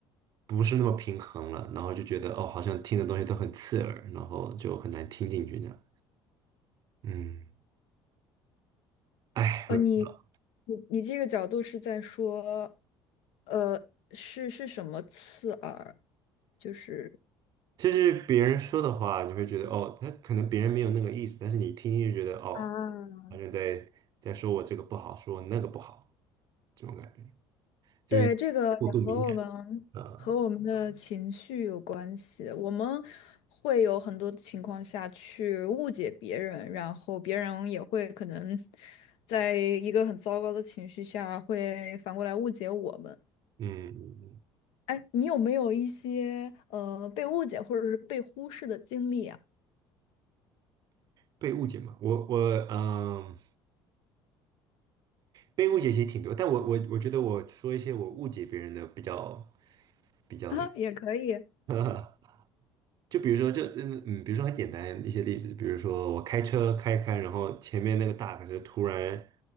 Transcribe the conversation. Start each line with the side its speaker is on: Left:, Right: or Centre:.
Right: 不是那么平衡了，然后就觉得哦好像听的东西都很刺耳，然后就很难听进去这样，嗯，哎，
Left: 呃，
Right: 我也不知道，
Left: 你你你这个角度是在说，呃，是是什么刺耳？就是
Right: 就是别人说的话，你会觉得哦，他可能别人没有那个意思，但是你听就觉得哦，
Left: 啊，
Right: 好像在在说我这个不好，说我那个不好，这种感觉。就是过度敏感
Left: 对这个也和我们和我们的情绪有关系，
Right: 啊，
Left: 我们会有很多情况下去误解别人，然后别人也会可能在一个很糟糕的情绪下会反过来误解我们。
Right: 嗯，嗯
Left: 哎，你有没有一些呃被误解或者是被忽视的经历啊？
Right: 被误解嘛，我我嗯，被误解其实挺多，但我我我觉得我说一些我误解别人的比较
Left: <laughs>
Right: 比较那
Left: 啊，也可以。
Right: 个，<laughs> 就比如说这嗯嗯，比如说很简单一些例子，比如说我开车开开，然后前面那个大卡车突然